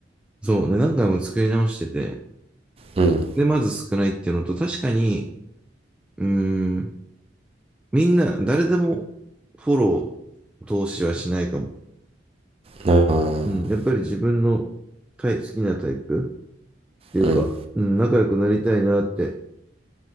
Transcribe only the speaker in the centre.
そう。で、何回も作り直してて、
で、まず少ないっていうのと、確かに、うーん、みんな、誰でもフォロー、投資はしないかも。
うん。やっぱり自分のタイ、好きなタイプっていうか、
うん、仲良くなりたいなって